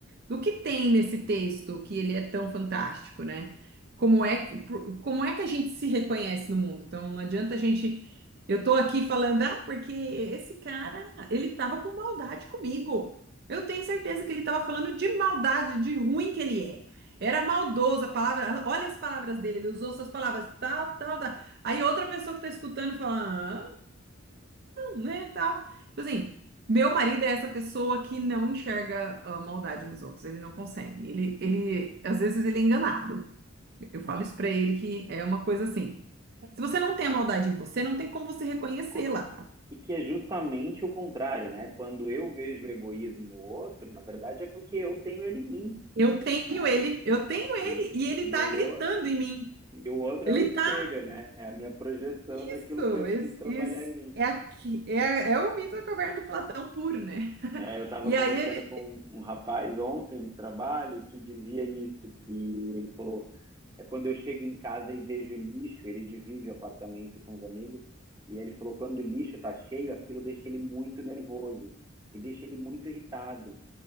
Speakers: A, on the right; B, on the right.
A: do que tem nesse texto que ele é tão fantástico, né? Como é que, por- como é que a gente se reconhece no mundo? Então, não adianta a gente. Eu tô aqui falando, ah, porque esse cara, ele tava com maldade comigo. Eu tenho certeza que ele tava falando de maldade, de ruim que ele é. Era maldoso a palavra. Olha as palavras dele, ele usou essas palavras, tal, tal, tal. Aí outra pessoa que tá escutando fala, ah, né, tal. Tipo assim, meu marido é essa pessoa que não enxerga a maldade nos outros, ele não consegue. Ele, ele, às vezes ele é enganado. Eu falo isso pra ele que é uma coisa assim. Se você não tem a maldade em você, não tem como você reconhecê-la.
B: não con- e que é justamente o contrário, né? Quando eu vejo o egoísmo no outro, na verdade é porque eu tenho ele em mim,
A: Eu tenho
B: né?
A: ele, eu tenho ele
B: E,
A: e ele
B: e,
A: tá
B: o,
A: gritando
B: o-
A: em mim.
B: e o outro
A: Ele
B: é o espelho,
A: tá
B: né? É a minha projeção
A: isso,
B: daquilo que eu
A: isso,
B: preciso trabalhar
A: isso.
B: em mim.
A: É, aqui, é, é o mito da caverna do Platão puro, né?
B: É, eu estava
A: E
B: conversando
A: aí, ele-
B: com um rapaz ontem no trabalho que dizia isso, que ele falou, é quando eu chego em casa e vejo lixo, ele divide o apartamento com os amigos, e ele falou, quando o lixo está cheio, aquilo deixa ele muito nervoso, e deixa ele muito irritado.